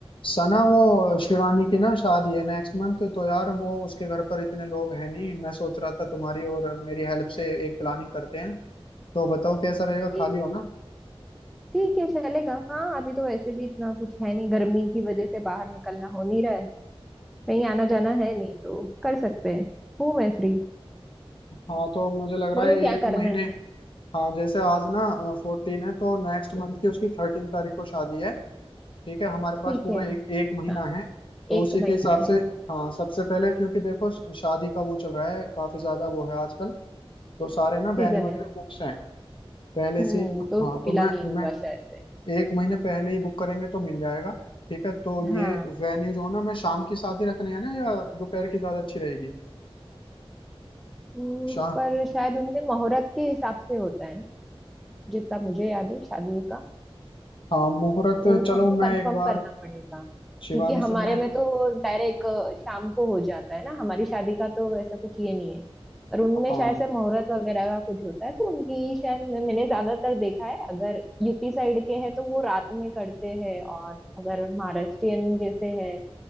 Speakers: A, on the left; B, in the centre.
A: सना वो शिवानी की ना शादी है नेक्स्ट मंथ तो यार वो उसके घर पर इतने लोग हैं नहीं मैं सोच रहा था तुम्हारी और मेरी हेल्प से एक प्लानिंग करते हैं तो बताओ कैसा रहेगा
B: ठीक
A: खाली हो ना
B: ठीक है चलेगा हाँ अभी तो वैसे भी इतना कुछ है नहीं गर्मी की वजह से बाहर निकलना हो नहीं रहा है कहीं आना जाना है नहीं तो कर सकते हैं हूँ मैं फ्री
A: हाँ तो मुझे लग
B: बोलो
A: रहा है
B: क्या
A: एक
B: करना
A: महीने
B: है
A: हाँ जैसे आज ना फोर्टीन है तो नेक्स्ट मंथ की उसकी थर्टीन तारीख को शादी है ठीक है हमारे पास
B: ठीक
A: पूरा
B: है
A: एक एक महीना
B: हाँ
A: है तो
B: एक
A: उसी
B: महीना
A: के हिसाब
B: है
A: से हाँ सबसे पहले क्योंकि देखो शादी का वो चल रहा है काफी ज्यादा वो है आजकल तो सारे ना
B: सीजन
A: वेन्यू वगैरह
B: है
A: बुक्स हैं पहले
B: हम्म
A: से ही-
B: तो
A: हाँ
B: उसको मिला
A: तो मैं
B: नहीं होगा
A: मैं
B: शायद से
A: एक महीने पहले ही बुक करेंगे तो मिल जाएगा ठीक है तो ये
B: हाँ
A: वेन्यू जो है ना मैं शाम की शादी रखने है ना या दोपहर की ज्यादा अच्छी रहेगी
B: हम्म,
A: शाम
B: पर शायद उनमें मुहूर्त के हिसाब से होता है ना जितना मुझे याद है शादी का
A: हाँ मुहूर्त
B: तो वो
A: चलो
B: हमको
A: मैं
B: कंफर्म
A: एक बार
B: करना पड़ेगा
A: शिवानी
B: क्योंकि
A: से
B: हमारे
A: मैं
B: में तो डायरेक्ट शाम को हो जाता है ना हमारी शादी का तो ऐसा कुछ ये नहीं है पर उनमें
A: हाँ
B: शायद से मुहूर्त वगैरह का कुछ होता है तो उनकी शायद मैं- मैंने ज्यादातर देखा है अगर यूपी साइड के हैं तो वो रात में करते हैं और अगर महाराष्ट्रियन जैसे है